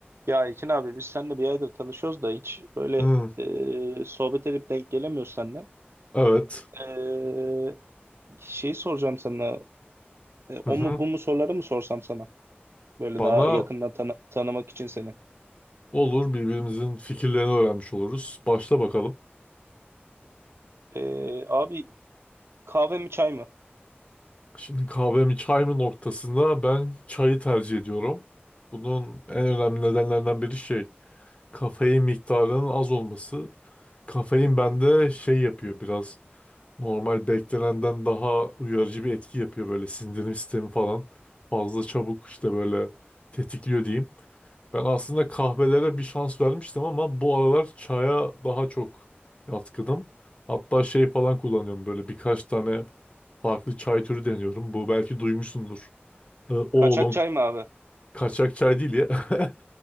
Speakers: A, on the right; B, on the left.
A: Ya Ekin abi biz seninle bir aydır tanışıyoruz da hiç böyle
B: Hmm,
A: e, sohbet edip denk gelemiyoruz seninle.
B: evet.
A: E, şeyi soracağım sana. E, o
B: Hı hı.
A: mu bu mu soruları mı sorsam sana? Böyle
B: Bana
A: daha yakından tanı- tanımak için seni.
B: olur birbirimizin fikirlerini öğrenmiş oluruz. Başla bakalım.
A: E, abi kahve mi çay mı?
B: Şimdi kahve mi çay mı noktasında ben çayı tercih ediyorum. Bunun en önemli nedenlerinden biri şey, kafein miktarının az olması. Kafein bende şey yapıyor biraz. Normal beklenenden daha uyarıcı bir etki yapıyor böyle sindirim sistemi falan. Fazla çabuk işte böyle tetikliyor diyeyim. Ben aslında kahvelere bir şans vermiştim ama bu aralar çaya daha çok yatkınım. Hatta şey falan kullanıyorum böyle birkaç tane farklı çay türü deniyorum. Bu belki duymuşsundur. Ee, oolong
A: Kaçak çay mı abi?
B: kaçak çay değil ya. <laughs>